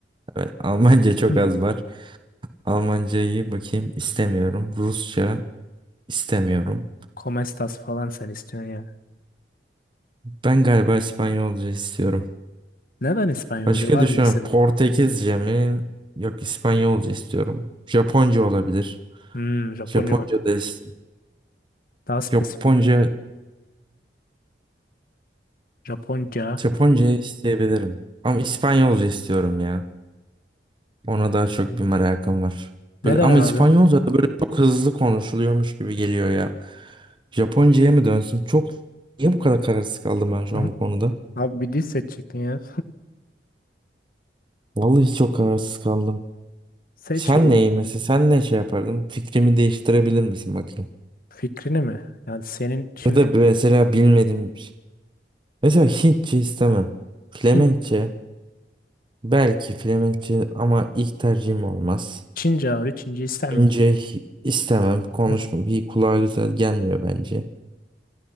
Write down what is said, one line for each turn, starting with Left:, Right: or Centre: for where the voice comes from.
Right: Evet, Almanca çok
Left: Hı.
Right: az var. Almancayı bakayım istemiyorum. Rusça istemiyorum.
Left: Como estas falan sen istiyorsun ya.
Right: Ben galiba İspanyolca istiyorum.
Left: Neden İspanyolca?
Right: Başka
Left: Var
Right: düşünüyorum.
Left: mı bir sebebi?
Right: Portekizce mi? Yok İspanyolca istiyorum. Japonca olabilir.
Left: Hmm, Japonca
Right: Japonca
Left: bak.
Right: da istiyorum.
Left: Daha spesifik.
Right: Japonca
Left: Japonca.
Right: Japonca isteyebilirim. Ama İspanyolca istiyorum ya. Ona daha çok bir merakım var.
Left: Neden
Right: Böyle, ama
Left: abi?
Right: İspanyolca
Left: <laughs>
Right: da böyle çok hızlı konuşuluyormuş gibi geliyor ya. Japonca'ya mı dönsün? Çok niye bu kadar kararsız kaldım ben şu
Left: Hı.
Right: an bu konuda?
Left: Abi bir dil seçecektin ya.
Right: Vallahi çok kararsız kaldım.
Left: <laughs> Seç
Right: Sen
Left: birini.
Right: neyi mesela sen ne şey yapardın? Fikrimi değiştirebilir misin bakayım?
Left: Fikrini mi? Yani senin şimdi
Right: Ya da mesela bilmediğim bir şey. Mesela Hintçe istemem. Flemenkçe
Left: Hint,
Right: belki Flemenkçe ama ilk tercihim olmaz.
Left: Çince abi. Çince ister miydin?
Right: İnce hi- istemem. Konuşmak
Left: <laughs> Hı.
Right: iyi kulağa güzel gelmiyor bence.